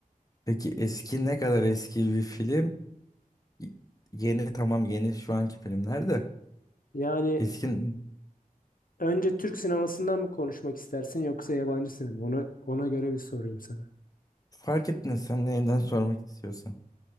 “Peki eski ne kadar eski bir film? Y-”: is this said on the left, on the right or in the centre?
Left